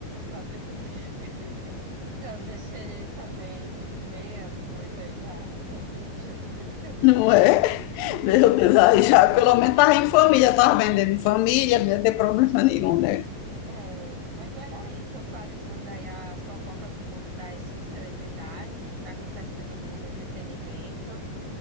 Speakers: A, on the right; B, on the left.
A: Para ver, <laughs> para ver se ele também vê as coisas aí da, da igreja. <laughs>
B: Não é? Meu Deus, aí já pelo menos estava em família, estava vendendo em família, não ia ter problema nenhum, né? <laughs>
A: É, mas era isso, atualizando aí as fofocas do mundo das subcelebridades, o que está acontecendo no mundo do entretenimento.